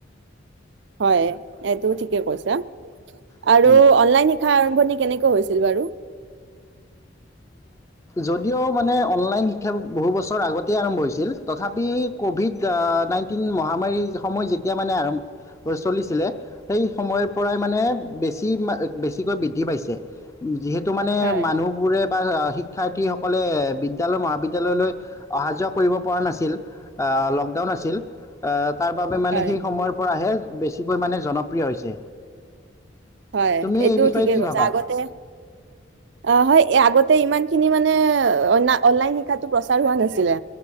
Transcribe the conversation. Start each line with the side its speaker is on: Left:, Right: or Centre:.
Right: হয়। এইটো ঠিকে কৈছা
Left: হয়
Right: আৰু অনলাইন শিক্ষা আৰম্ভণিৰ কেনেকুৱা হৈছে বাৰু?
Left: যদিও মানে অনলাইন শিক্ষা বহু বছৰ আগতেই আৰম্ভ হৈছিল তথাপি ক'ভিড নাইণ্টিন মহামাৰীৰ সময় যেতিয়া মানে আৰম্ভ চলিছিলে সেই সময়ৰ পৰাই মানে বেছি বেছিকৈ বৃদ্ধি পাইছে যিহেতু টো মানে
Right: হয়,
Left: মানুহ শিক্ষাৰ্থীসকলে বিদ্যালয় মহাবিদ্যালয়লৈ অহা যোৱা কৰিব পৰা নাছিল লকডাউন আছিল। তাৰ বাবে মানে
Right: হয়,
Left: সেই সময়ৰ পৰাহে বেছিকৈ মানে জনপ্ৰিয় হৈছে।
Right: হয়
Left: তুমি
Right: এইটো
Left: এই বিষয়ে
Right: ঠিকেই
Left: কি
Right: কৈছে
Left: ভাবা?
Right: আগতে অ হয় আগতে ইমান খিনি মানে অনলাইন শিক্ষাটো প্ৰচাৰ হোৱা নাছিলে।